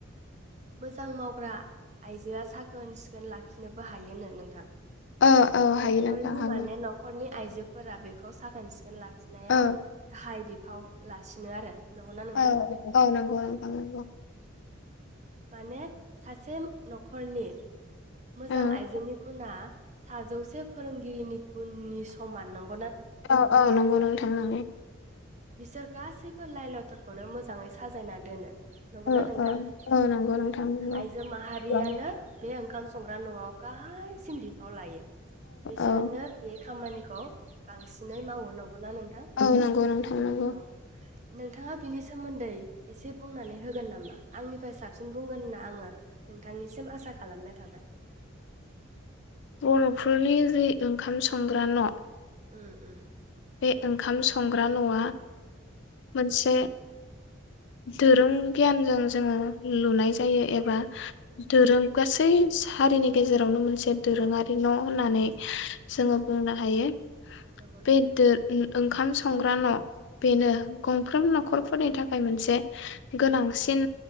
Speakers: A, on the right; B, on the left.
A: मोजां माव आइजोआ साख्रि साखीन सिखोन लाखिनोबो हायो नी नोंथां।
B: औ औ
A: न'खरनि
B: हायो नोंथां हायो
A: माने न'खरनि आइजो फोरा बेखौ साखोन सिखोन लाखिनायाव
B: औ
A: गाहाय बिफाव लासिनो आरो नंगौना नोंथां?
B: औ औ नंगौ नोंथां नंगौ
A: माने सासे न'खरनि मोजां
B: ओं
A: आइजोनि गुन्ना साजौसे फोरोंगिरिनि गुननि समान नंगौ।
B: औ औ नंगौ नोंथां नीगौ।
A: बिसोर गासैबो लायल खौनो मोजाङै साजायना दोन नंगौना
B: औ
A: नोंथां?
B: औ नंगौ
A: औ
B: नोंथां नंगौ
A: आइजो माहारियानो
B: औ
A: बे ओंखाम संग्रा न'आव गाहायसिन बिफाव लायो। बिसोरनो
B: औ
A: बे खामानि खौ बांसिनै मावो नंगौना नोंथां?
B: औ नंगौ नोंथां नंगौ
A: औ नोंथाङा बिनि सोमोन्दै एसे बुंनानै होगोन नामा? आंनि फो साबसिन बुंगोन होनना आङो नोंथांनिसिम आसा खालामनाय थाबाय।
B: बर'फोरनि जि ओंखाम संग्रा न'
A: उम्म उम्म।
B: बे ओंखाम संग्रा न'आ मोनसे दोरों गियानजों जोंङो लुनाय जायो एबा दोरों गासै हारिनि गेजेरावनो मोन से दोरोंङारि
A: औ
B: न' होननानै जोंङो
A: औ
B: बुंनो हायो
A: नंगौ
B: बेद
A: नोंथां
B: उम्म ओंखाम संग्रा न' बेनो
A: औ
B: गंफ्रोम
A: औ
B: न'खर फोरनि थाखाय मोनसे गोनांसिन